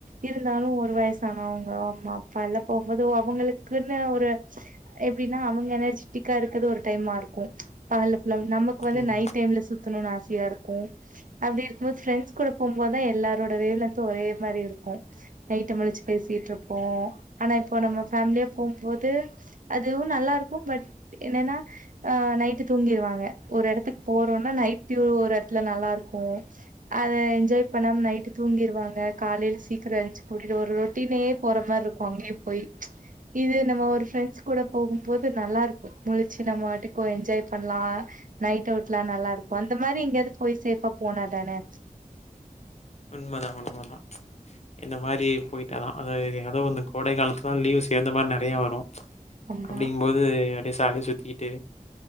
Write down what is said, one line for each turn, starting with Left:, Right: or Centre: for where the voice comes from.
Right: இருந்தாலு ஒரு வயசானவங்க அம்மா அப்பா எல்லா போபோது அவங்களுக்குன்னு ஒரு எப்டின்னா அவங்க எனர்ஜிட்டிக்கா இருக்கது ஒரு டைமா இருக்கு பகல புல்லா நமக்கு வந்து
Left: ம்.
Right: நைட் டைம்ல சுத்தணுனு ஆசையா இருக்கு அப்டி இருக்கும்போது ஃப்ரெண்ட்ஸ் கூட போம்போது தா எல்லாரோட வேவ் லந்து ஒரே மாரி இருக்கும் நைட்டு முழிச்சு பேசிட்டுருப்பபோ அனா இப்ப நம்ம ஃபேமிலியா போம்போது அதுவு நல்லா இருக்கு பட் என்னன்னா அ நைட்டு தூங்கிருவாங்க ஒரு எடத்துக்கு போறோன்னா நைட்வியூ ஒரு எடத்துல நல்லாருக்கு அத என்ஜாய் பண்ணாம நைட்டு தூங்கிருவாங்க காலைல் சீக்கரோ எளுஞ்சு கூட்டிட்டு ஒரு ரொட்டினே போற மார்ருக்கு அங்கயு போய் இது நம்ம ஒரு ஃப்ரெண்ட்ஸ் கூட போகும்போது நல்லா இருக்கு முழிச்சு நம்ம வாட்டுக்கு ஒரு என்ஜாய் பண்லாம் நைட் அவுட்லா நல்லா இருக்கு அந்த மாரி எங்கயாவது போய் சேபா போனாதானே
Left: உண்மதா உண்மதா இந்த மாரி போய்ட்டாலா அது எதோ வந்து கோடை காலத்துலா லீவு சேந்த மார் நறையா வரு
Right: ஆமா
Left: அப்படிங்கு போது அப்டிசாலியா சுத்திக்கிட்டு